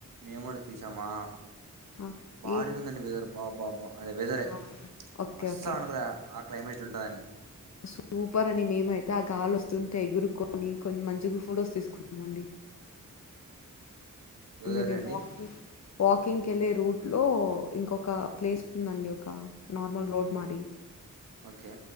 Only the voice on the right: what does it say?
మేము కూడా తీసామా
బారీగా
ఉందండి వెదరు బా బా బా అదే వెదరే
అస్సలు
అనుకోలేదు క్లైమేట్లు ఉంటాయని
వెదర్
అండి
ఓకే